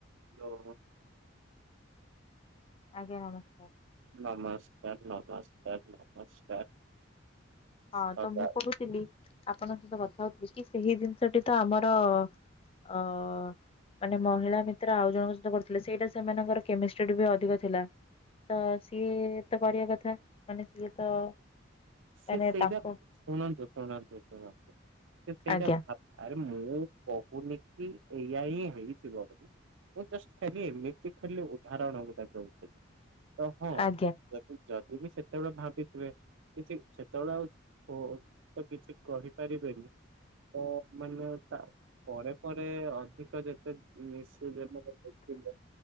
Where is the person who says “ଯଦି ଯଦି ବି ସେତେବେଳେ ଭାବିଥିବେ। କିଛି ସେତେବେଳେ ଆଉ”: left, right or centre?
Right